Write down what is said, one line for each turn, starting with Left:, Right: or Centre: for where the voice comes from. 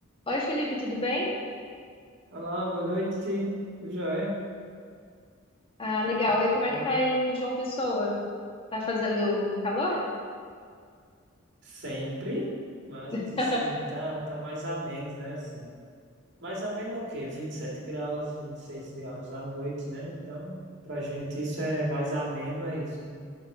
Left: Oi, Felipe, tudo bem?
Right: Olá, boa noite. Tudo jóia?
Left: Ah, legal. E como
Right: Como
Left: é que tá aí em João Pessoa? Tá fazendo calor?
Right: sempre, mas
Left: <laughs>
Right: assim, tá, tá mais a menos, né? Assim, mais a menos é o quê? 27 graus, 26 graus à noite, né? Então, pra gente isso é mais ameno, é isso, né?